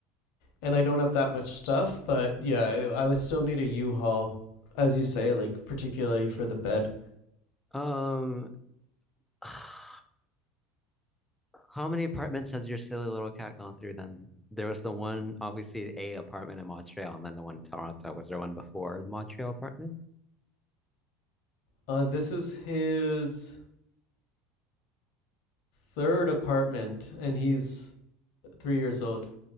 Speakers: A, on the left; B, in the centre.
A: and I don't have that much stuff, but yeah, I, I would still need a U-Haul, as you say, like particularly for the bed.
B: Um, <sighs> how many apartments has your silly little cat gone through then? There was the one, obviously, a apartment in Montreal, and then the one in Toronto. Was there one before the Montreal apartment?
A: Uh, this is his third apartment, and he's three years old.